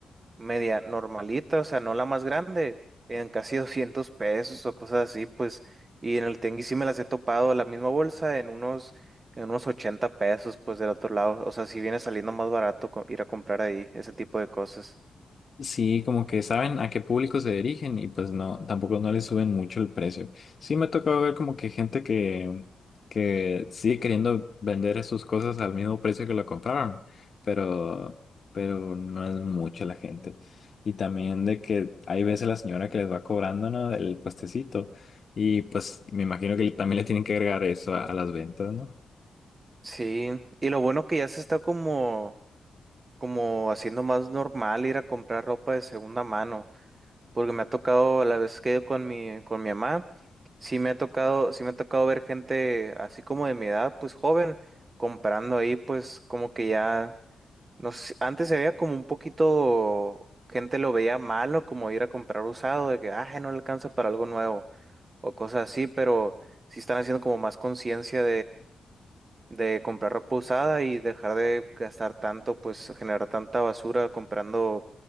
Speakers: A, on the right (about 40°); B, on the left (about 50°).
A: media normalita, o sea, no la más grande, en casi <laughs> 200 pesos o cosas así, pues. Y en el tianguis sí me las he topado, la misma bolsa, en unos, en unos 80 pesos, pues del otro lado. O sea, sí viene saliendo más barato co- ir a comprar ahí ese tipo de cosas.
B: Sí, como que saben a qué público se dirigen y pues no, tampoco no le suben mucho el precio. Sí, me ha tocado ver como que gente que, que sigue queriendo vender sus cosas al mismo precio que lo compraron, pero, pero no es mucha la gente. Y también de que hay veces la señora que les va cobrando, ¿no? El puestecito. Y pues me imagino que también le tienen que agregar eso a, a las ventas, ¿no?
A: Sí, y lo bueno que ya se está como, como haciendo más normal ir a comprar ropa de segunda mano. porque me ha tocado, la vez que he ido con mi, con mi mamá, sí me ha tocado, sí me ha tocado ver gente así como de mi edad, pues joven, comprando ahí, pues como que ya, no sé, antes se veía como un poquito, gente lo veía malo, como ir a comprar usado, de que, ah, no le alcanza para algo nuevo, o cosas así, pero sí están haciendo como más conciencia de comprar ropa usada y dejar de gastar tanto, pues generar tanta basura comprando